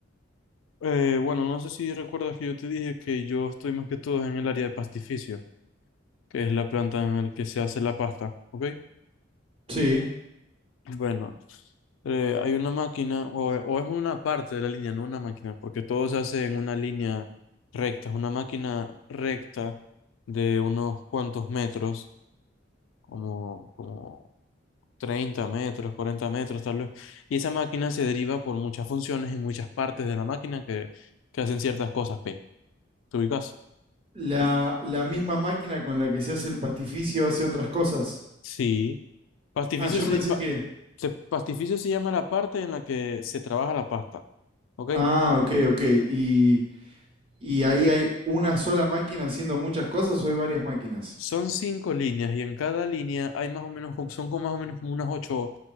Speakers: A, on the left; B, on the right.
A: Eh, bueno, no sé si recuerdas que yo te dije que yo estoy más que todo en el área de pastificio, que es la planta en la que se hace la pasta, ¿ok?
B: Sí.
A: Bueno, eh, hay una máquina, o, o es una parte de la línea, no una máquina, porque todo se hace en una línea recta, es una máquina recta de unos cuantos metros, como, como 30 metros, 40 metros tal vez, y esa máquina se deriva por muchas funciones en muchas partes de la máquina que, que hacen ciertas cosas, P. ¿Te ubicas?
B: La, la misma máquina con la que se hace el pastificio hace otras cosas.
A: Sí. Pastificio
B: Ah, yo
A: se,
B: pensé
A: fa-
B: que...
A: se- pastificio se llama la parte en la que se trabaja la pasta, ¿ok?
B: Ah, ok, ok. ¿Y, y ahí hay una sola máquina haciendo muchas cosas o hay varias máquinas?
A: Son cinco líneas y en cada línea hay más o menos, co- son como más o menos como unas ocho,